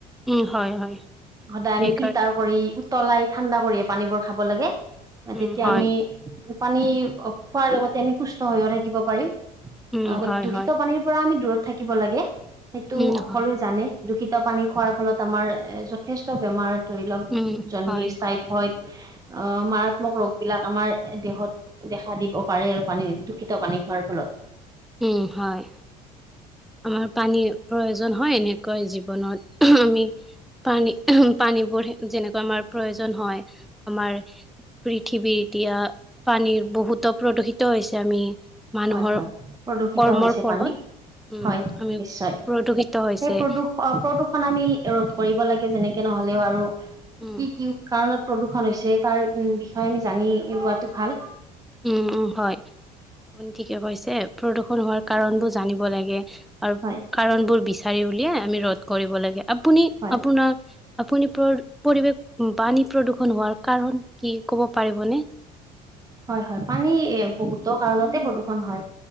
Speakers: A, in the centre; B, on the right.
A: উম হয় হয়।
B: সদায় আমি
A: সেইকাৰ
B: ফিল্টাৰ কৰি উতলাই ঠাণ্ডা কৰিয়ে পানীবোৰ খাব লাগে।
A: উম,
B: তেতিয়া
A: হয়,
B: আমি পানী খোৱাৰ লগতে আমি সুস্থ হৈয়ও থাকিব পাৰিম।
A: উম,
B: গ
A: হয়,
B: দূষিত
A: হয়,
B: পানীৰ পৰা আমি দূৰত থাকিব লাগে সেইটো
A: উম,
B: সকলোৱে
A: হয়,
B: জানে। দূষিত পানী খোৱাৰ ফলত আমাৰ এ যথেষ্ট বেমাৰ ধৰি লওঁক
A: উম,
B: জণ্ডিছ
A: হয়,
B: টাইপইড হয়। <unintelligible> অ মাৰাত্মক ৰোগ বিলাক আমাৰ দেহত দেখা দিব পাৰে আৰু পানী দূষিত পানী খোৱাৰ ফলত।
A: উম হয়। আমাৰ পানীৰ প্ৰয়োজন হয় এনেকুৱা জীৱনত আমি পানী। পানীবোৰ যেনেকা আমাৰ প্ৰয়োজন হয় আমাৰ পৃথিৱী এতিয়া পানীৰ বহুতো প্ৰদূষিত হৈছে আমি মানুহৰ
B: হয় হয় প্ৰদূষিত
A: কৰ্মৰ
B: হৈছে
A: ফলত
B: পানী
A: উম
B: হয়
A: আমি
B: নিশ্চয়
A: প্ৰদূষিত হৈছে
B: সেই প্ৰদূষ প্ৰদূষণ আমি ৰোধ কৰিব লাগে যেনেকে নহলেও আৰু
A: উম
B: কি কি কাৰণত প্ৰদূষণ হৈছে তাৰ উম বিষয়ে আমি জানি লোৱাটো ভাল।
A: উম উম হয় আপুনি ঠিকে কৈছে প্ৰদূষণ হোৱাৰ কাৰণতো জানিব লাগে। আৰু
B: হয়
A: কাৰণবোৰ বিচাৰি উলিয়ে আমি ৰোধ কৰিব লাগে আপুনি
B: হয়
A: আপোনাৰ। আপুনি পৰিৱেশ পানী প্ৰদূৰ্ষণ হোৱাৰ কাৰণ কি ক'ব পাৰিবনে?
B: হয় হয় পানী বহুতো কাৰণতে প্ৰদূষণ হয়